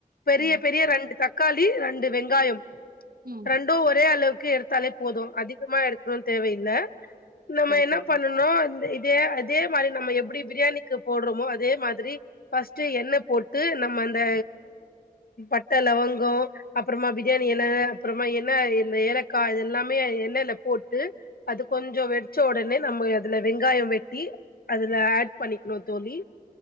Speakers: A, on the left; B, on the right.
A: பெரிய
B: ம்
A: பெரிய ரெண்டு தக் க்காளி ரெண்டு வெங்காயம்
B: ம்
A: ரெண்டு ஒரே அளவுக்கு எடுத்தாலே போதும் அதிகமா எடுக்கணுன்னு தேவையில்ல நம்ம
B: சரி
A: என்ன
B: தோழி
A: பண்ணனு அந்த இதே அதே மாரி நம்ம எப்புடி பிரியாணிக்கு போடுறோமோ அதே மாதிரி பஸ்ட்டு எண்ணெ போட்டு நம்ம அந்த பட்ட லவங்கோ அப்பறமா பிரியாணி எல அப்பறமா என்ன இந்த ஏலக் க்கா இது எல்லாமே எ எண்ணெயில போட்டு அது கொஞ்சோ வெட்ச்ச ஒடனே நம்ம அதுல வெங்காயம் வெட்டி அதுல ஆட் பண்ணிக்னு தோழி